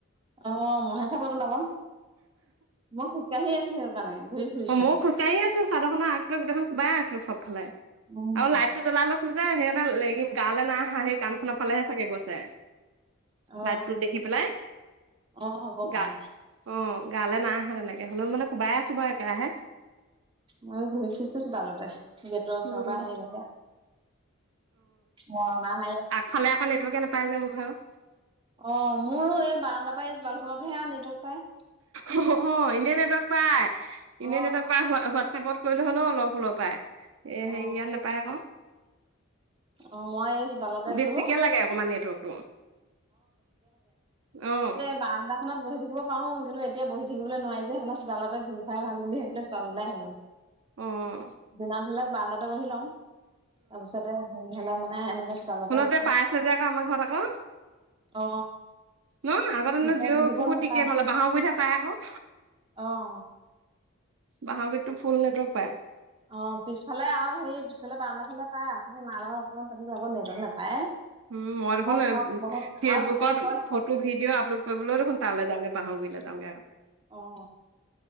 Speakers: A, on the right (about 25°); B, on the right (about 65°).
A: অ', মহে খাব তোন আকৌ, মই খোজকাঢ়ি আছোঁ সেই কাৰণে, ঘূৰি ফুৰি।
B: অ', ময়ো খোজকাঢ়ি আছোঁ, চাদৰখনৰ আগটোৱে গোটেইখন কোবাই আছোঁ সবফালে
A: উম
B: আৰু লাইট লাইটটো জ্বলাই লৈছোঁ যে, সেইকাৰণে লাগিম গালে নাই আহা, সেই কান খনৰ ফালেহে চাগে গৈছে।
A: অ
B: লাইট টো দেখি পেলাই
A: অ হ'ব পাই
B: গা অ', গালে নাই অহা তেনেকে, হ'লেও মানে কোবাই আছোঁ বাৰু একেৰাহে।
A: মইয়ো ঘূৰি ফুৰিছোঁ চোতালতে। গেটৰ ওচৰৰ
B: উম
A: পৰা আহিলোঁগে, মৰণা মাৰি আ
B: ফালে আকৌ নেটৱৰ্কে নাপায় যে মোৰ ভাগৰ।
A: অ', মোৰো এই বাৰান্দা পৰা এই চোতালখনত হে নেটৱৰ্ক পাই
B: অ', অ', ইনেই নেটৱৰ্ক পাই, ইনেই
A: অ
B: নেটৱৰ্ক পাই হোৱা হ। প কৰিলে হ'লেও অলপ হুলৰ পায় এ
A: অ
B: হেৰি ইয়াত নাপায় আক।
A: অ', মই অ', বেক ল তাৰপিছ
B: বেছিকে লাগে অকমান নেটৱৰ্কটো, অ',
A: ব সখনত বি থাকিব পাৰো কিন্তু এতিয়া বহি থাকিব নোৱাৰি যে সেইখন চোতালতে ঘূৰি ফাই ভাল বু সেইো চোাললাই হ'লো। <inaudible>
B: উম।
A: দিনা হলে বাৰ্ডাতে বহি লওঁ তাৰপিছতে হেৰি হ'লে মানে এনেকে চোতালতে
B: শুনো
A: আছো
B: যে পাই আছে যে আকৌ আমাৰ ঘৰত আকৌ।
A: অ
B: ন আগৰ
A: ভিতৰত
B: দ জি
A: ভিতৰত
B: বহুত
A: নাপায়
B: দিগদাৰ ভালে বাঁাহৰ কৰি থ পাই আকৌ।
A: অ'।
B: বাহহৰ গীততো ফুল নেটৱৰ্ক পায়।
A: আহ পিছফালে আৰু সেই পিছফালে বাৰণ্ডটা ফালে পায় আপুনি মাৰ লগৰ অকনমান আ নেটৱৰ্ক নাপায়।
B: উম, মই দেখোন
A: কওক কওক বহুত
B: ফেচবুকৰ
A: আৰু যেতিয়া কয়
B: ফ তোৰ ভিডিঅ আপলোড কৰিবলৈও দেোন তাল যাগে বাহাগৰিলৈ যাওঁগ আগতে।
A: অ',